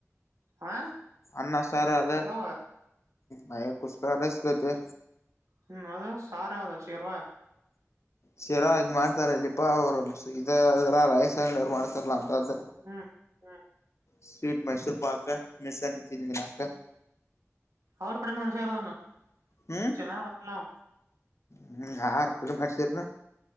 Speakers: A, on the right; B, on the left.
A: ಹಾ
B: ಅನ್ನ ಸಾರ ಅದ
A: ಪಲಾವ
B: ಬಾಯಾಗ ಕುಸ್ಕರ ಸಿಗತೈತಿ
A: ಹ್ಮ್ ಅದ ಸಾರಯಾವದ ಶೇರ್ವಾ
B: ಶೆರವಾ ಇದ್ ಮಾಡ್ತಾರ ಇಲ್ಲಿಪಾ ಅವ್ರು ಇದದ್ರ ರಾಯಸ ಅಂಗಡಿ ಅವ್ರು ಮಾಡ್ತಾರಲ್ಲಾ ಅಂತದ
A: ಹ್ಮ್ ಹ್ಮ್
B: ಸ್ವೀಟ್ ಮೈಸೂರು ಪಾಕ ಮೆಸಾನಂ ತಿನ್ನಾಕ
A: ಅವರು ಕೂಡ ಮಣಸಾರೋದನ್ನ
B: ಹ್ಮ್
A: ಚನಾಲ್ಲ.
B: ಹ್ಮ್ ಯಾರ ಕಡೆ ಮಾಡಸೀರನ